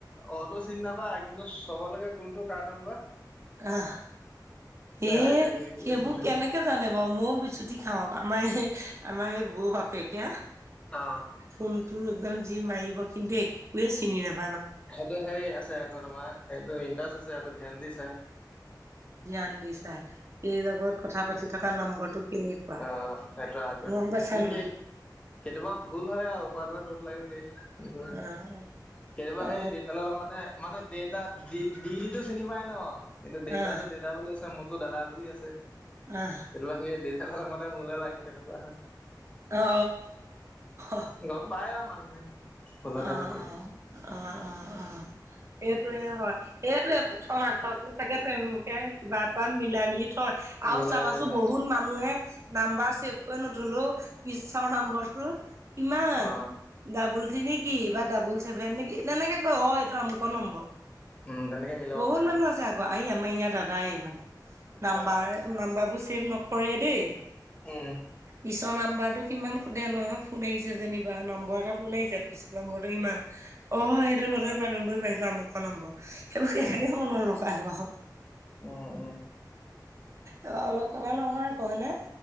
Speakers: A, on the left; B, on the right.
A: অটো চিনি নাপায় কিন্তু চব লাগে কোনটো কাৰণাম বা।
B: আহ। এ
A: আইডিয়া কৰি কৰি
B: সেইবোৰ
A: আছে চোন।
B: কেনেকে জানে বাৰু মও বিচুতি খাওক আমাৰ এই আমাৰ সেই বৌ বাপেকে
A: অ।
B: ফোনটো একদম যি মাৰিব কিন্তু একোৱে চিনি নাপ
A: সেইটো সেই আছে আকৌ তোমাৰ সেইটো ইণ্টাৰেষ্ট আছে আকৌ ধ্যান দি চাই।
B: ধ্যান দি চাই, এই লগত কথা পাতি থকা নম্বৰটো কেনেকুৱা
A: অ সেইটো আগ্ৰহে,
B: গম পাইছা
A: কিন্তু কি
B: নাই
A: কেতিয়াবা ভুল হয় আৰু উপাৰ্ত ত লাগে কি কিতো,
B: অ
A: কেতিয়াবা
B: অ
A: সেই দেতালা লগতে মানে ডেতা ডি ডটো চিনি পাই ন কিন্তু ডেতাটো
B: আহ
A: ডেটা বুলি। মোৰতো দাদা বুলি আছে
B: আহ
A: সেইটো সেই দেউতালা লগাওতে মোলে লাগে তেনেকুৱা হয়।
B: অ অ
A: গম পায় আৰু মানুহে। ভুলতে
B: অ অ
A: লাগি
B: অ অ অ। সেইটোয়ে হয় সেইটোয়ে প্ৰথম আছো চাগে তেওঁলোকে কিবা এটা মিলাই মিলি। থই আৰু
A: মিলাই
B: চাবাচোন
A: মিলাই চাই
B: বহুত মানুহে নাম্বাৰ ছেভ কৰি নধলো পিছৰ নাম্বৰটো। কিমান
A: অ
B: ডাবোল থি নি কি বা ডাবোল ছেভেন নেকি তেনেকে কয় অ এইটো আমুকৰ নম্বৰ।
A: উম তেনেকে মিলাব
B: বহুত
A: পাৰে
B: মানুহ
A: অ
B: আছে আকৌ আহি আম আমাৰ ইয়াত দাদাই মানে, নাম্বাৰ
A: অ
B: নাম্বাৰবোৰ ছেভ নকৰে দেই।
A: উম।
B: পিছৰ নম্বৰটো কিমান সোধে নহয় ফোন আহিছে যেনিবা নম্বৰ এটা ফোন আহিছে পিছৰ নম্বৰটো কিমান। অ সেইটো নধৰি পা নধৰি পা সেইটো আমুক ক নাম্বৰ সেইবোৰ কেনেকে
A: উম
B: মনত ৰখাই বাও।
A: উম উম।
B: অ অলপ কথা নয় কনে